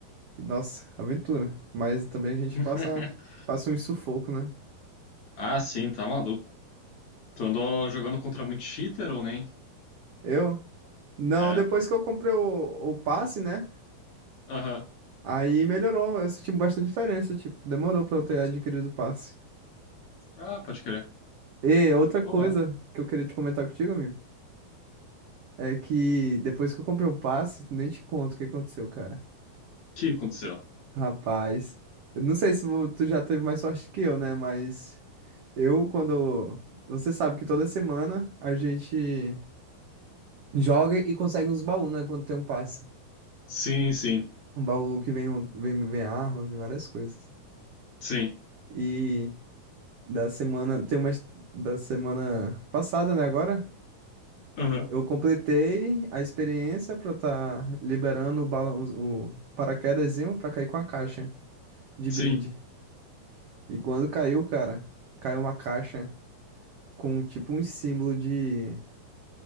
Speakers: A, on the right (about 75°); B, on the left (about 55°).
A: E, nossa, aventura. Mas também a gente
B: <laughs>
A: passa, passa um sufoco, né?
B: Ah, sim, tá maluco. Tu andou jogando contra muito cheater ou nem?
A: Eu. Não,
B: É.
A: depois que eu comprei o, o passe, né?
B: Aham.
A: Aí melhorou, eu senti bastante diferença, tipo, demorou pra eu ter adquirido o passe.
B: Ah, pode crer.
A: E outra coisa
B: Porra. O
A: que eu queria te comentar contigo, amigo, é que depois que eu comprei um passe, nem te conto o que aconteceu, cara.
B: que aconteceu?
A: Rapaz, eu não sei se vo- tu já teve mais sorte que eu, né? Mas eu, quando. Você sabe que toda semana a gente joga e consegue uns baús, né? Quando tem um passe.
B: Sim, sim,
A: Um baú que vem, um- vem, vem arma, vem várias coisas.
B: sim.
A: E da semana. Tem umas da semana passada, né? Agora.
B: Aham.
A: Eu completei a experiência pra estar liberando o balão, o paraquedazinho pra cair com a caixa de
B: Sim.
A: brinde. E quando caiu, cara, caiu uma caixa com tipo um símbolo de,